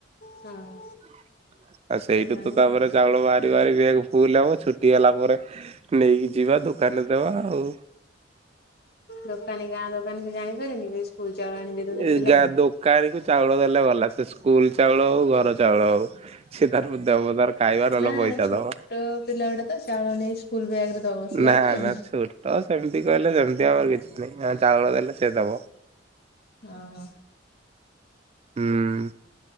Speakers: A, on the left; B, on the right.
A: ହଁ।
B: <inaudible> ଆଉ ସେଇଠୁ
A: ସେଠୁ ଆଣିକି
B: ତ ତାପରେ
A: ଖାଅ
B: ଚାଉଳ ବାହାରି ବାହାରି ବେକ୍ ଫୁଲ ହବ ଛୁଟି ହେଲା ପରେ ନେଇକି ଯିବା ଦୋକାନରେ ଦେବା ଆଉ
A: ଦୋକାନୀ ଗାଁ ଦୋକାନୀ ସେ ଜାଣିପାରେନି ସେ ସ୍କୁଲ ଚାଉଳ ଆଣି ଦେଇ ଦଉଛନ୍ତି
B: ଏ
A: ପିଲାମାନେ
B: ଯା ଦୋକାନୀକୁୁ ଚାଉଳ ଦେଲେ ଗଲା ସେ ସ୍କୁଲ ଚାଉଳ ହଉ ଘର ଚାଉଳ ହଉ ସେ ତାର ଦେବ ତାର ଖାଇବା ନହେଲେ
A: ନା
B: ପଇସା
A: ଛୋଟ
B: ଦବ।
A: ପିଲା ଗୁଡା ତ ଚାଉଳ ନେଇ ସ୍କୁଲ ବ୍ୟାଗରେ ଦବ ସେ ଜାଣିପାରିବେନି।
B: ନା ନା ଛୋଟ ସେମିତି କହିଲେ ସେମତି ଦି ହବ <unintelligible> ଚାଉଳ ଦେଲେ ସେଦବ।
A: ହ ହ
B: ହୁଁ